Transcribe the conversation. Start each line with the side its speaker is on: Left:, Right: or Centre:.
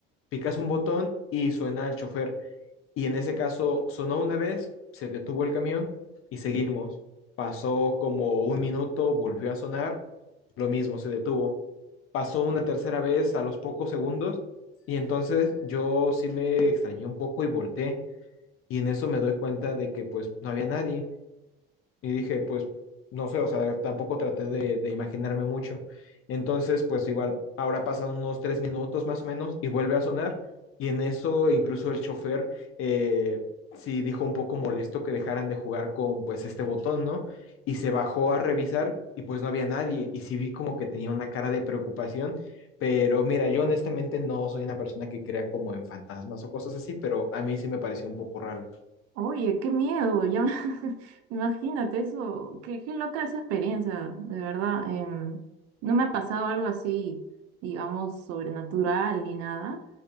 Left: picas un botón y suena el chofer. Y en ese caso sonó una vez, se detuvo el camión y seguimos. Pasó como un minuto, volvió a sonar, lo mismo, se detuvo. Pasó una tercera vez a los pocos segundos y entonces yo sí me extrañé un poco y volteé y en eso me doy cuenta de que pues no había nadie. Y dije, pues no sé, o sea, tampoco traté de, de imaginarme mucho. Entonces, pues igual, ahora pasan unos tres minutos más o menos y vuelve a sonar. Y en eso incluso el chofer eh, sí dijo un poco molesto que dejaran de jugar con pues este botón, ¿no? Y se bajó a revisar y pues no había nadie. Y sí vi como que tenía una cara de preocupación. Pero mira, yo honestamente no soy una persona que crea como en fantasmas o cosas así, pero a mí sí me pareció un poco raro.
Right: Oye, qué miedo, ya <laughs> imagínate eso, qué, qué loca esa experiencia, de verdad. em, no me ha pasado algo así, digamos, sobrenatural ni nada,